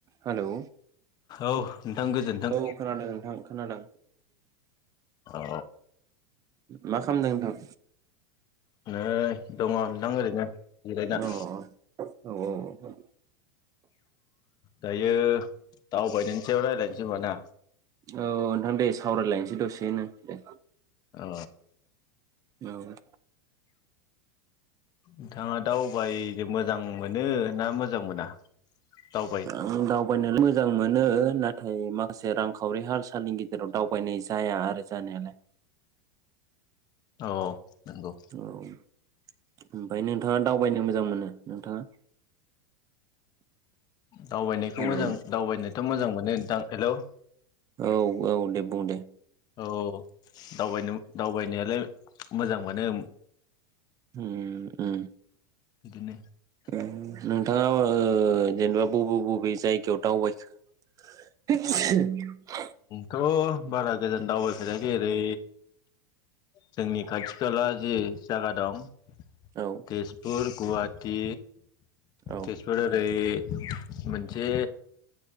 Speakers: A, on the right; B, on the left.
A: Hello
B: औ नोंथां गोजोन्थों।
A: औ खोनादों नोंथां खोनादों
B: औ
A: मा खामदों नोंथां?
B: नै दङ' नोंथां ओरैनो जिरायना।
A: अ औ औ
B: दायो दावबायनि सायाव रायलायन्सै होमबा ना?
A: औ नोंथां दे सावरायलायनोसै दसेनो दे।
B: अ
A: औ
B: नोंथाङा दावबायनो मोजां मोनो ना मोजां मोना? दावबाय
A: आं दावबायनानै मोजां मोजां मोनो नाथाय माखासे रांखावरि हाल सालनि गेजेराव दावबायनाय जाया आरो जानायालाय।
B: औ नंगौ
A: औ ओमफ्रायनो नोंथाङा दावबायनो मोजां मोनो नोंथाङा?
B: दावबायनायखौ
A: हेलौ
B: मोजां दावबायनो मोजां मोनो नोंथां हेलौ
A: औ औ दे बुं दे
B: औ दावबायनो दावबायनायालाय मोजां मोनो।
A: हु उम
B: बिदिनो
A: ओं नोंथांङा ओ जेनेबा बबे बबे जायगायाव दावबायखो? <unintelligible>
B: थ' बारा गोजान दावबायफेराखै ओेरै जोंनि खाथि खाला जि जागा दं
A: औ
B: तेजपुर, गुवाहा टि
A: औ
B: तेजपुर ओरै मोनसे